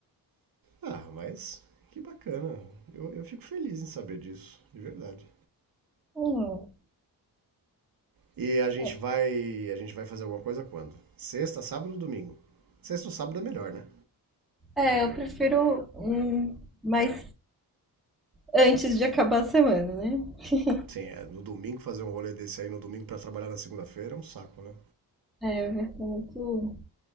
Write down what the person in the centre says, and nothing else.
Hum,
é.
É, eu prefiro hum, mais antes de acabar a semana, né? <laughs>
É, vai ser muito,